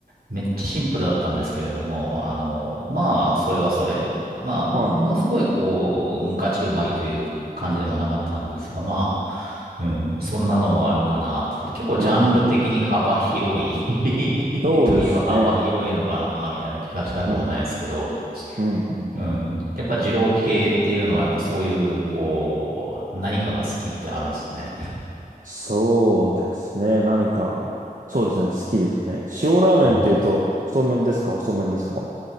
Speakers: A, on the right (about 80°); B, on the right (about 55°).
A: めっちゃシンプルだったんですけれども、あの、まあ、それはそれ。まあ、
B: はい、
A: ものすごいこう、
B: はい。
A: ガチうまいという感じでもなかったんですが、まあ、うん、そんなのもあるかなって。結構ジャンル的に幅広い
B: うん。そうですね。
A: <laughs> といえば幅広いのかな、みたいな気がしなくもないですけど、
B: うん、うん、うん。
A: うん。やっぱ二郎系っていうのはやっぱそういう、こう、何かが好きってあるんですね。
B: そうですね。何か、そうですね。好きですね。塩ラーメンっていうと、
A: ああ。
B: 太麺ですか細麺ですか